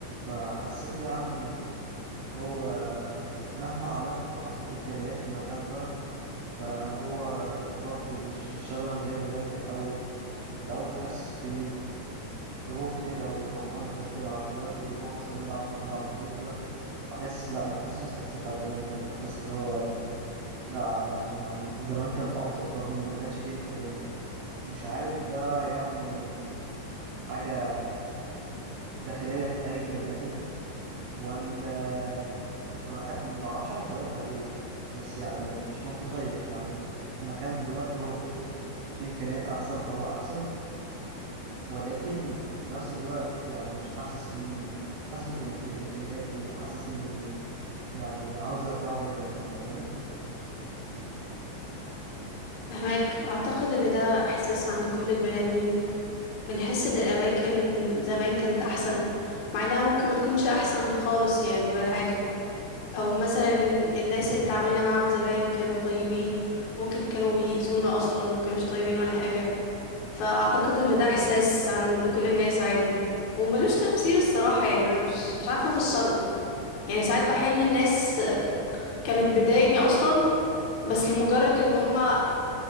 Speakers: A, on the right; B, on the left.
A: فحسيت يعني هو مهما عملت وحطيت إمكانيات في المكان ده فهو برضه مش مش شبه زي ما كان في الأول كنت في الأول تحس في روح كده وفرحان وأنت بتلعب دلوقتي بنروح مثلا نلعب في الملعب النجيل ده بحس لا ما بحسش نفس الإحساس بتاع زمان يعني بحس اللي هو لا يعني زمان كان أفضل رغم إن ما كانش فيه إمكانيات مش عارف ده يعني حاجة داخلية في أي بني آدم ولا ما بح... ما بعرفش يعني سببها ايه بس يعني مش منطقية يعني المكان دلوقتي هو المفروض فيه إمكانيات أحسن فهو أحسن ولكن في نفس الوقت يعني مش حاسس بيه حاسس بالكم... بالإمكانيات دي لا حاسسني يعني عاوز أرجعه زي زمان فاهماني
B: فهماك أعتقد إن ده إحساس عند كل البني آدمين بنحس ان الاماكن زمان كانت احسن مع انها ممكن ما تكونش احسن خالص يعني ولا حاجة او مثلا الناس اللي اتعاملنا معاهم زمان كانوا طيبين ممكن كانوا بيأذونا اصلا ما كانوش طيبين ولا حاجة فاعتقد ان ده احساس عند كل الناس عادي وملوش تفسير الصراحة يعني انا مش مش عارفة افسره يعني ساعات بحس ان الناس كانت بتضايقني اصلا بس لمجرد ان هما